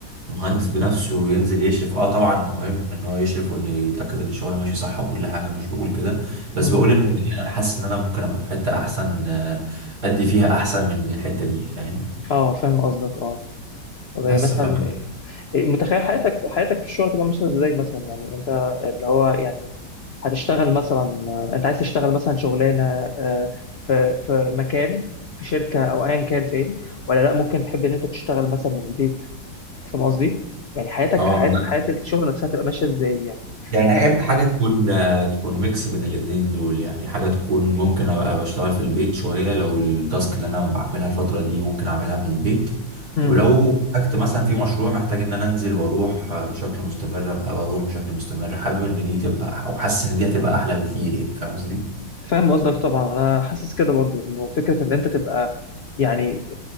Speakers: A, on the right; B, on the left.
A: مهندس بنفسه ينزل يشرف اه طبعا مهم ان هو يشرف وانه يتأكد ان الشغل ماشي صح وكل حاجة مش بقول كده بس
B: أمم.
A: بقول ان يعني انا حاسس ان انا ممكن ابقى في حتة احسن آه، ادي فيها احسن من الحتة دي فاهم
B: اه فاهم قصدك اه طب
A: بس
B: هي مثلا
A: ف
B: إيه- متخيل حياتك حياتك في الشغل تبقى ماشيه ازاي مثلا يعني انت اللي هو يعني هتشتغل مثلا انت عايز تشتغل مثلا شغلانه آه، في في مكان في شركه او ايا كان فين ولا لا ممكن تحب ان انت تشتغل مثلا من البيت فاهم قصدي؟ يعني حياتك
A: اه
B: حياه
A: أنا-
B: حياه الشغل نفسها تبقى ماشيه ازاي يعني؟
A: يعني
B: آه،
A: احب حاجه تكون آه، تكون ميكس بين الاتنين دول يعني حاجه تكون ممكن ابقى بشتغل في البيت شويه لو التاسك اللي انا بعملها الفتره دي ممكن اعملها من البيت
B: مم.
A: ولو احتجت مثلا في مشروع محتاج ان انا انزل واروح آه، بشكل مستمر ابقى بروح بشكل مستمر حابب ان دي تبقى او حاسس ان دي هتبقى احلى بكتير يعني فاهم قصدي
B: فاهم قصدك طبعا انا حاسس كده برضو انه فكره ان انت تبقى يعني